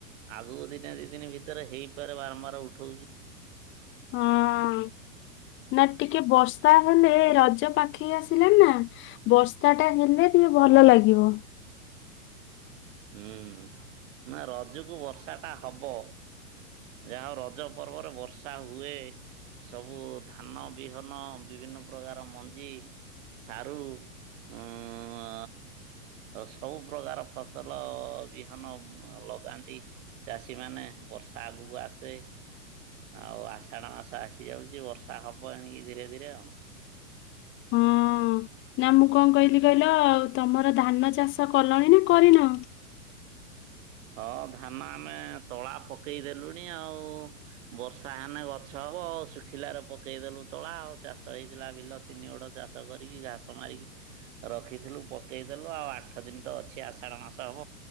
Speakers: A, on the right (about 55°); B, on the left (about 25°).
A: ଆଗକୁ ଦିନେ ଦି ଦିନ ଭିତରେ ହେଇପାରେ ବାରମ୍ବାର ଉଠଉଛି।
B: ହଁ ନା ଟିକେ ବର୍ଷା ହେଲେ ରଜ ପାଖେଇ ଆସିଲାଣି ନା ବର୍ଷା ଟା ହେଲେ ଟିକେ ଭଲ ଲାଗିବ।
A: ହୁଁ ନା ରଜକୁୁ ବର୍ଷା ଟା ହବ। ଯାହା ରଜ ପର୍ବରେ ବର୍ଷା ହୁଏ, ସବୁ ଧାନ ବିହନ ବିଭିନ୍ନ ପ୍ରକାର ମଞ୍ଜି ସାରୁ ଉ-ଉ-ଆ ସବୁ ପ୍ର୍ରକାର ଫସଲ ବିହନ ଲଗାନ୍ତି ଚାଷୀ ମାନେ ବର୍ଷ ତା ଆଗକୁ ଆସେ ଆଉ ଆଷାଢ ମାସ ଆସିଯାଉଛି ବର୍ଷା ହବ ଏଣିକି ଧୀରେ ଧୀରେ ଆଉ।
B: ହଁ ନା ମୁଁ କଣ କହିଲି କହିଲ, ଆଉ ତମର ଧାନ ଚାଷ କଲଣି ନା କରିନ?
A: ହଁ ଧାନ ଆମେ ତଳା ପକେଇଦେଲୁଣି ଆଉ, ବର୍ଷା ହେନେ ଗଛ ହବ ଆଉ, ଶୁଖିଲାରେ ପକେଇଦେଲୁ ତଳା ଆଉ ଚାଷ ହେଇଥିଲା ବିଲ ତିନି ଗୋଡ଼ ଚାଷ କରିକି ଘାସ ମାରିକି ରଖିଥିଲୁ ପକେଇଦେଲୁ, ଆଉ ଆଠ ଦିନ ତ ଅଛି ଆଷାଢ ମାସ ହବ,